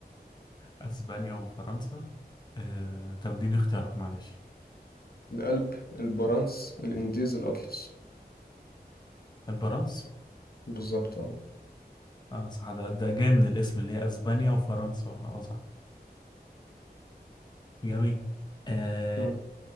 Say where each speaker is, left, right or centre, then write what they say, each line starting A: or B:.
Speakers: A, on the left; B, on the left.
A: أسبانيا وفرنسا آه، طب اديني اختيارات معلش
B: الألب البرانس الإنديز الأطلس
A: البرنس
B: بالظبط اه
A: اه صح ده, ده جاي من الاسم اللي هي أسبانيا وفرنسا اه صح جميل آه
B: مم.